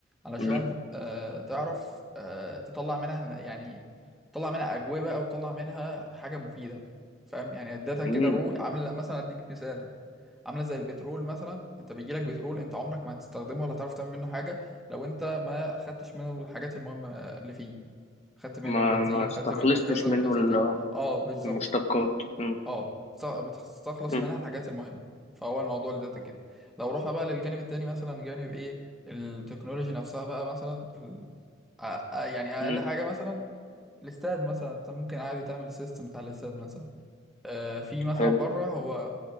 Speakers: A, in the centre; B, on the left.
A: علشان
B: امم
A: آه تعرف آه تطلع منها يعني تطلع منها أجوبة او تطلع منها حاجة مفيدة فاهم يعني الداتا
B: امم
A: كده رو عاملة مثلا اديك مثال عاملة زي البترول مثلا انت بيجيلك بترول انت عمرك ما هتستخدمه ولا تعرف تعمل منه حاجة لو انت ما خدتش منه الحاجات المهمة اللي فيه خدت منه
B: ما
A: البنزين
B: ما استخلصتش
A: خدت منه كذا
B: منه
A: وكذا
B: ال-
A: وكذا اه بالظبط
B: المشتقات امم
A: اه بتست- بتستخلص
B: امم
A: منها الحاجات المهمة فهو الموضوع اللي ده كده لو رحنا بقى للجانب التاني مثلا جانب ايه التكنولوجي نفسها بقى مثلا ال- أ- أ- يعني اقل
B: أمم.
A: حاجة مثلا الاستاد مثلا انت ممكن عادي تعمل سيستم بتاع الاستاد مثلا آه في مثلا
B: حلو
A: بره هو